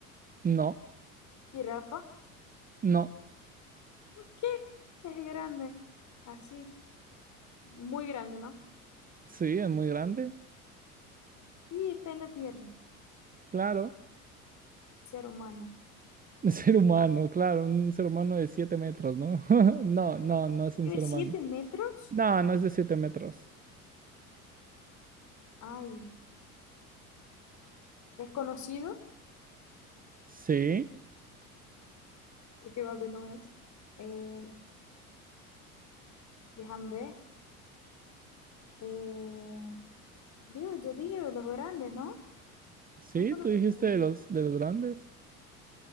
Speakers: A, on the right (about 20°); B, on the left (about 40°).
A: no,
B: jirafa.
A: no.
B: ¿Qué? ¿Qué es grande? Así, muy grande, ¿no?
A: Sí, es muy grande,
B: Y está en la tierra,
A: claro.
B: ser humano.
A: <laughs> Un ser humano, claro, un ser humano de siete metros, ¿no? <laughs> No, no, no es un
B: Tiene
A: ser
B: siete
A: humano.
B: metros.
A: No, no es de siete metros.
B: Ay, es conocido,
A: Sí,
B: porque Babe no es. Eh, déjame ver. Eh, Dios, yo dije los grandes, ¿no?
A: sí,
B: No conozco
A: tú dijiste
B: tan-
A: de los, de los grandes.